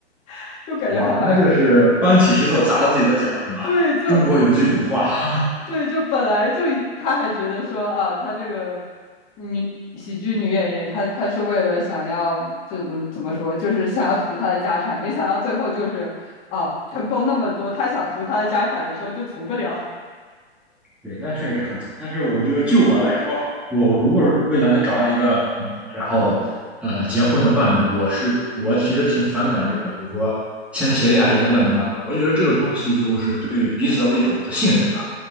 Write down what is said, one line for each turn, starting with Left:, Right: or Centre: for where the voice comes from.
Left: <laughs> 就感觉还蛮
Centre: 哇，那就是搬起石头砸了自己的脚，是吗？
Left: 对，就
Centre: 中国有句古话，<laughs>
Left: 对，就本来就她还觉得说啊，她这个女喜剧女演员，她她是为了想要就怎么怎么说，就是想要图她的家产，没想到最后就是啊，成功那么多，她想图她的家产的时候就图不了。
Centre: 对，那确实很惨。但是我觉得，就我来说，我如果未来能找到一个，嗯，然后呃，结婚的伴侣，我是我其实挺反感这个，比如说签协议啊这些乱七八糟。我觉得这个东西就是对彼此的一种不信任。